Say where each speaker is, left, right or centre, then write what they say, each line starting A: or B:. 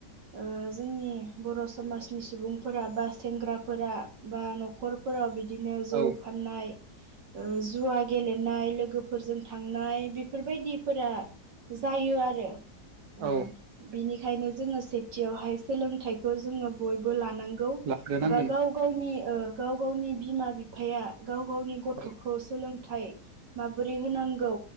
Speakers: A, on the right (about 85°); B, on the right (about 65°).
A: ओ जोंनि बर' समाजनि सुबुंफोरा बा सेंग्राफोरा बा न'खरफोराव बिदिनो जौ
B: औ
A: फाननाय ओ जुवा गेलेनाय लोगोफोरजों थांनाय बेफोरबायदिफोरा जायो आरो ओ
B: औ
A: बिनिखायनो जोङो सेथियावहाय सोलोंथाइखौ जोङो बयबो लानांगौ गौ
B: लाग्रोनांगोन
A: बा गाव गावनि ओ गाव गावनि बिमा बिफाया गाव गावनि गथ'खौ
B: औ
A: सोलोंथाइ माबोरै होनांगौ